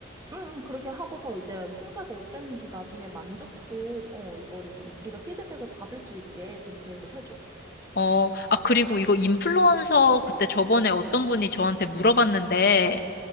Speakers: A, on the right; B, on the left.
A: 응, 응, 그렇게 하고서 이제 행사가 어땠는지 나중에 만족도, 어, 이거를 좀 우리가 피드백을 받을 수 있게 좀 계획을 해줘.
B: 어, 아, 그리고 이거 인플루언서 그때 저번에 어떤 분이 저한테 물어봤는데,